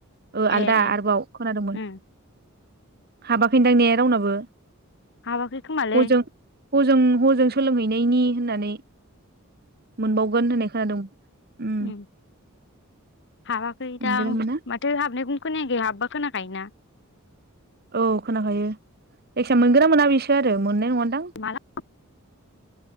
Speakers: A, on the right; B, on the left.
A: ओ आलदा
B: ए ए
A: आरोबाव खोनादोंमोन।
B: उम
A: हाबाखैनदां ने रावनाबो?
B: हाबाखै खोमालै
A: हजों हजों हजों सोलोंहैनायनि होननानै मोनबावगोन होननाय खोनादों। उम
B: ओम हाबाखै
A: मोनगोना
B: दा आं
A: मोना
B: माथो हाबनायखौनो खोनायाखै हाबबा खोनाखायोना।
A: औ खोनाखायो जायखिजाया मोनगोना मोना बेसो सो आरो मोननाय नङादां।
B: माला